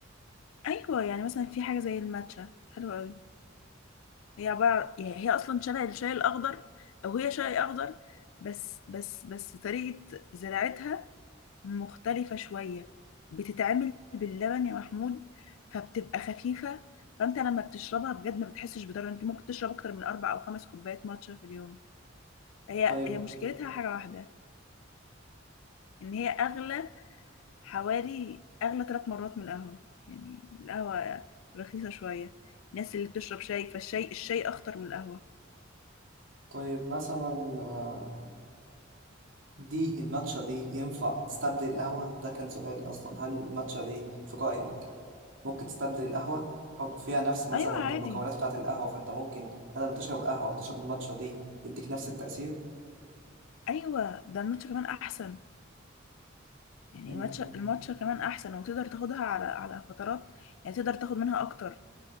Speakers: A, on the left; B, on the right.
A: ايوه يعني مثلا في حاجه زي الماتشا حلوه قوي هي عباره يعني هي اصلا شبه الشاي الاخضر او هي شاي اخضر بس بس بس طريقه زراعتها مختلفه شويه بتتعمل باللبن يا محمود فبتبقى خفيفه فانت لما بتشربها بجد ما بتحسش بضرر انت ممكن تشرب اكتر من اربع او خمس كوبايات ماتشا في اليوم هي
B: طيب
A: هي مشكلتها حاجه واحده ان هي اغلى حوالي أغلى ثلاث مرات من القهوة يعني القهوة رخيصة شوية الناس اللي بتشرب شاي فالشاي الشاي أخطر من القهوة
B: طيب مثلا آه، دي الماتشا دي ينفع تستبدل القهوة؟ ده كان سؤالي أصلا هل الماتشا دي في رأيك ممكن تستبدل القهوة؟ أو فيها نفس مثلا
A: ايوه عادي
B: المكونات بتاعة القهوة فأنت ممكن بدل ما تشرب قهوة تشرب الماتشا دي تديك نفس التأثير؟
A: أيوة ده الماتشا كمان أحسن يعني
B: مم.
A: الماتشا الماتشا كمان أحسن وتقدر تاخدها على على فترات يعني تقدر تاخد منها أكتر